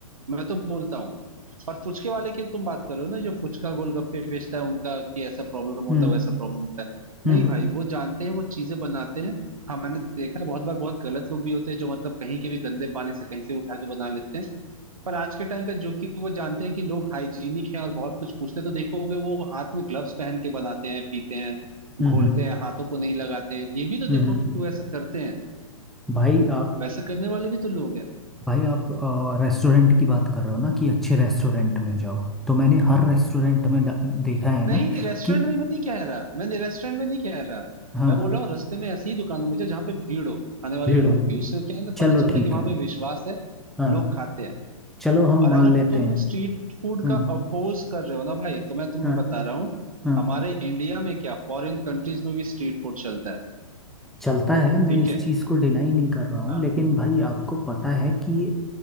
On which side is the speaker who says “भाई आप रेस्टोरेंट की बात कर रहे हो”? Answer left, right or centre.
Centre